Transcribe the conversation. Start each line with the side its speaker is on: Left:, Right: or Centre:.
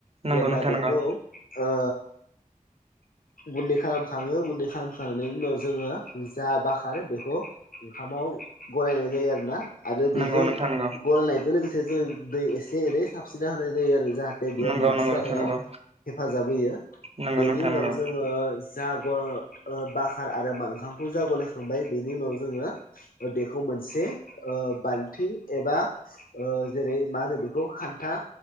Left: जेब्ला
Right: नंगौ नोंथां
Left: बेखौ
Right: नंगौ
Left: ओ
Right: <inaudible>
Left: गुनदै खालाम खाङो गुनदै खालामखांनायनि उनाव जोङो जा बाखारो बेखौ ओंखामाव गलायनाय जायो आरोना आरो बेजों
Right: नंगौ नोंथां नंगौ
Left: गलनायजों लोगोसे जों दै एसे एनै साबस्रिना होनाय जायो आरो जाहाथे थे बेयाव
Right: नंगौ
Left: मिक्स
Right: नंगौ
Left: जानायाव
Right: नोंथां नंगौ
Left: हेफाजाब होयो
Right: नंगौ
Left: बेनि
Right: नोंथां
Left: उनाव
Right: नंगौ
Left: जोङो जा ओ बाखार आरो उम ओंखामखौ जा ग'लायखांबाय बेनि उनाव जोङो ओ‌ बेखौ मोनसे ओ बालथिं एबा ओ जेरै ओ मा होनो बेखौ खानथा